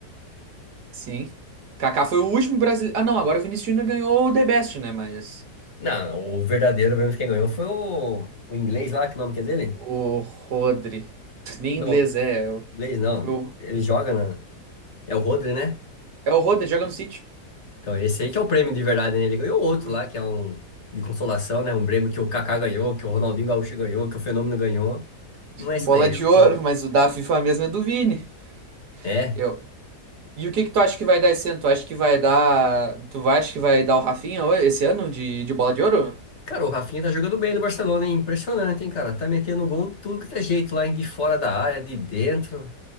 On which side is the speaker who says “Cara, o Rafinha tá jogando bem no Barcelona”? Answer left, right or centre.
Left